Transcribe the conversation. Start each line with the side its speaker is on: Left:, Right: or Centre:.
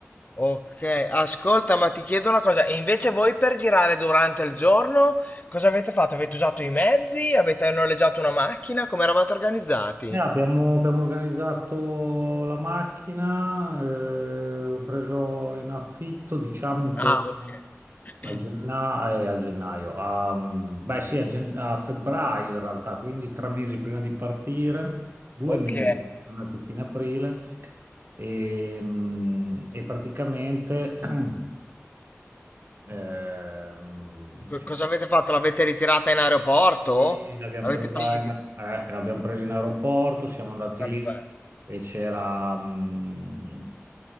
Left: Ok, ascolta, ma ti chiedo una cosa, e invece voi per girare durante il giorno cosa avete fatto? Avete usato i mezzi? Avete noleggiato una macchina? Come eravate organizzati?
Right: Eh, abbiamo, abbiamo organizzato la macchina, eh, ho preso in affitto, diciamo, intorno
Left: Ah, ok. <clears throat>
Right: a genna- eh, a gennaio, a, mm, beh sì, a, gen- a febbraio in realtà, quindi tre mesi prima di partire, due
Left: Ok,
Right: mesi, sono andato fino a aprile e, mm, e praticamente <clears throat> ehm,
Left: Co- cosa avete fatto? L'avete ritirata in aeroporto?
Right: Qui l'abbiamo
Left: L'avete
Right: presa
Left: presa
Right: in,
Left: di...
Right: eh, l'abbiamo presa in aeroporto, siamo andati
Left: Perfetto.
Right: lì e c'era, mh,